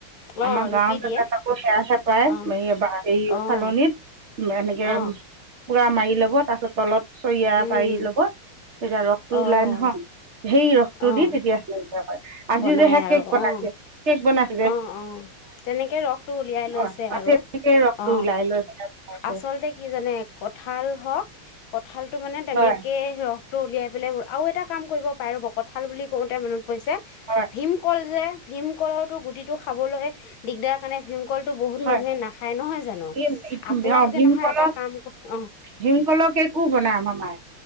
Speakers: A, on the left; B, on the right.
A: অ
B: আমাৰ
A: ৰুকি
B: গাঁও
A: দিয়ে
B: জকো সেয়া চে প্ৰায়
A: অ
B: এইবাৰ এই
A: অ',
B: চালনিত। এনেকে
A: অ',
B: পুৰা মাৰি ল'ব তাৰ পাছ তলত চৰিয়া
A: উম,
B: পাৰ লগত তেতিয়া ৰস
A: অ',
B: ৰুলাইন হ। সেই ৰসটো
A: অ',
B: দি তেতিয়া সেনেকুৱা কৰে আজি
A: বনাই
B: যে হে
A: আৰু
B: কেক বনাইছে
A: অ',
B: কেক বনাই
A: অ অ তেনেকে ৰসটো উলিয়াই লৈছে
B: অ
A: আৰু
B: তেনেকে ৰসটো
A: অ
B: ওলাই লৈ পেলাই বনাইছে
A: আচলতে কি জানে কঁঠাল হওক ক কঁঠালটো মানে তেনেকৈেই
B: হয়
A: ৰস উলিয়াই পেলাই আৰু এটা কাম কৰিব পাৰো কঁঠাল বুলি কওঁতে মান কৈছে
B: হয়
A: ভীম কল যে ভীমকলৰ টো গুটিটো খাবলৈ দিগদাৰ কাৰণে ভীমকল বহুত
B: হয়
A: মানুহে নাখায় নহয় জানো
B: এই
A: আপোনালোকে
B: অ ভীমকলৰ
A: নহয় এটা কাম অ
B: ভীমকলৰ কেকো বনাই আমাৰ মায়ে